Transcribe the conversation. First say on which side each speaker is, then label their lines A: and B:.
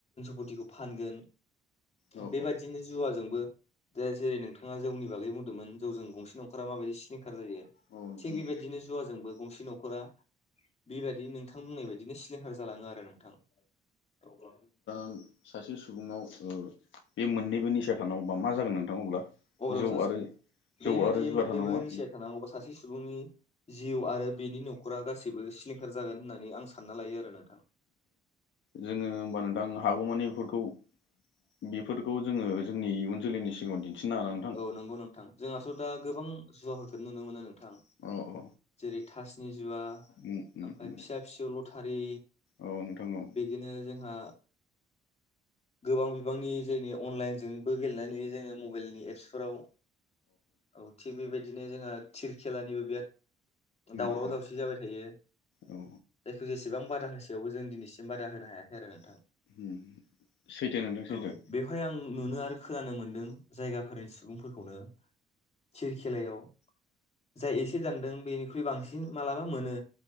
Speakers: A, on the left (about 35°); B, on the left (about 70°).
A: गुदिखौ फानगोन
B: औ
A: बेबायदिनो जुवाजोंबो दा जेरै नोंथाङा जौनि बागै बुंदोंमोन जौजों गं से नखरा माबायदि सिलिंखार जायो
B: औ
A: थिग
B: नोंथां
A: बेबायदिनो जुवाजोंबो गंसे नखरा बेबायदि नोंथां बुंनाय बायदिनो सिलिंखार जालाङो आरो नोंथां औ।
B: ओं सासे सुबुंनाव ओ बे मोननैबो निसा खानांगौबा मा जागोन नोंथां अब्ला?
A: अब्लाथ
B: जौ आरो जौ
A: बेबायदि
B: आरो जुवा
A: मोननैबो
B: थानांगौबा
A: निसिया थानांगौबा सासे सुबुंनि जिउ आरो बेनि नखरा गासैबो सिलिंखार जागोन होननानै आं सानना लायो आरो नोंथां।
B: जोङो होमबा नोंथां हागौमानि बेफोरखौ बेफोरखौ जोङो जोंनि इयुन जोलैनि सिगाङाव दिन्थिनो हाना नोंथां
A: औ नंगौ नोंथां जोंहाथ' दा गोबां जुवाफोरखौ नुनो मोनो नोंथां
B: औ औ
A: जेरै थासनि जुवा
B: उम उम
A: ओमफाय
B: उम
A: फिसा फिसौ लथारि
B: औ नोंथां औ
A: बिदिनो जोंहा गोबां नि जोंनि अनलाइनजोंबो गेलेनाय नुयो जोङो मबाइलनि एप्सफोराव औ थिग बेबायदिनो जोंहा थिर खेलानिबो बिराद दावराव
B: औ
A: दावसि जाबाय थायो
B: औ
A: जायखौ जेसेबां बादा होसेयावबो जों दिनैसिम बादा होनो हायाखै आरो नोंथां।
B: उम सैथो नोंथां सैथो
A: औ बेवहाय आं नुनो आरो खोनानो मोनदों जायगाफोरनि सुबुंफोरखौनो थिरखेलायाव जाय एसे दानदों बेनिख्रुइ बांसिन मालाबा मोनो